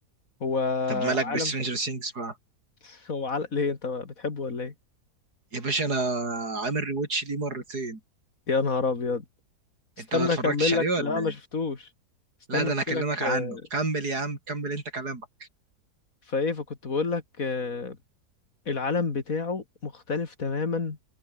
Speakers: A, on the left; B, on the right.
A: هو
B: طب مالك بسترينجر
A: عالم ف...
B: سينجز بقى
A: <laughs> هو عالم ليه انت بتحبه ولا ايه
B: يا باشا انا عامل ريواتش ليه مرتين
A: يا نهار ابيض استنى
B: انت ما اتفرجتش
A: اكمل
B: عليه
A: لك
B: ولا
A: لا
B: ايه
A: ما شفتوش استنى
B: لا ده
A: احكي
B: انا اكلمك
A: لك
B: عنه
A: آه،
B: كمل يا عم كمل انت كلامك
A: فايه فكنت بقول لك آه، العالم بتاعه مختلف تماما